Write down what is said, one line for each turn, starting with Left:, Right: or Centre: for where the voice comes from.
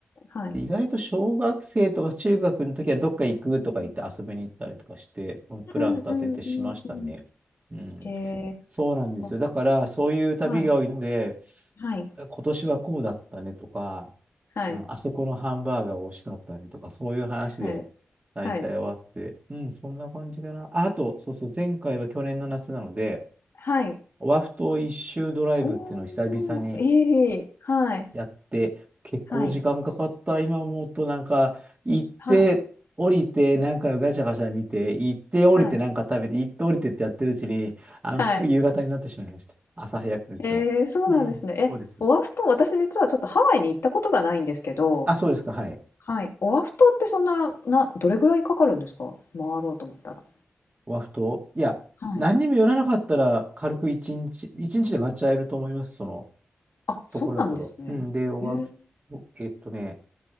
Left: はい、
Right: で意外と小学生とか中学の時は、どっか行くとか言って遊びに行ったりとかして、
Left: うん
Right: うんプラン立ててしましたね。
Left: うんうんうんうんうん。
Right: うん、
Left: へえ。
Right: そうなんですよ。
Left: あ
Right: だから、そういう旅が多いので、
Left: はい、はい、
Right: 今年はこうだったねとか、
Left: はい、
Right: うん、あそこのハンバーガー美味しかったねとか、そういう話で大体終わって、
Left: はい、はい。
Right: うん、そんな感じかな。あ、あと、そうそう、前回は去年の夏なので、
Left: はい。
Right: オアフ島一周ドライブっていうのを久々に
Left: おお、いい、はい、
Right: やって、結構時間かかった、
Left: はい、
Right: 今思うと、なんか、行って、
Left: はい、
Right: 降りて、なんかガチャガチャ見て、行って、降りて、
Left: はい。
Right: なんか食べて、行って、降りてってやってるうちに、あの、
Left: はい。
Right: すぐ夕方になってしまいました。朝早くと言っても。
Left: ええ、そうなんですね。
Right: うん、
Left: え、
Right: そうです。
Left: オアフ島、私実はちょっとハワイに行ったことがないんですけど、
Right: あ、そうですか、はい。
Left: はい、オアフ島ってそんな、な、どれぐらいかかるんですか回ろうと思ったら。
Right: ワフト。いや、
Left: はい。
Right: 何にも寄らなかったら、軽く一日、一日で回っちゃえると思います、その、
Left: あ、そうなんですね。
Right: ところどころ。うん、で、ワフト、
Left: えー、
Right: えっとね、